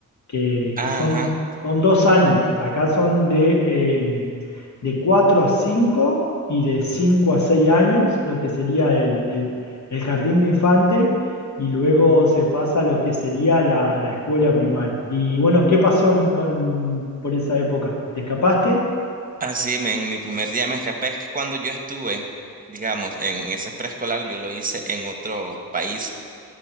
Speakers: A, on the left (about 55°); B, on the right (about 25°).
A: que,
B: Ajá.
A: que son, son dos años, acá son de, eh, de 4 a 5 y de 5 a 6 años, lo que sería el, el- el jardín de infante, y luego se pasa a lo que sería la, la escuela primaria. Y bueno, ¿qué pasó en- con, por esa época? ¿Te escapaste?
B: Así, en mi primer día me escapé. Es que cuando yo estuve, digamos, en ese preescolar, yo lo hice en otro país